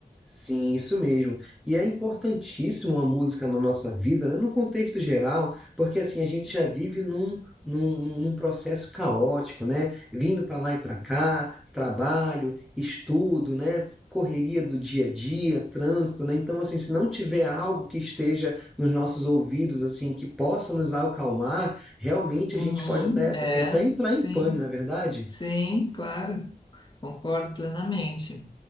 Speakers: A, in the centre; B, on the left.
A: Sim, isso mesmo. E é importantíssimo a música na nossa vida, né? No contexto geral, porque assim a gente já vive num, num, num num processo caótico, né? Vindo para lá e para cá, trabalho, estudo, né? Correria do dia a dia, trânsito, né? Então, assim, se não tiver algo que esteja nos nossos ouvidos, assim, que possa nos acalmar, realmente
B: Uhum,
A: a gente pode até,
B: é,
A: até entrar
B: sim,
A: em pânico, não é verdade?
B: sim, claro, concordo plenamente.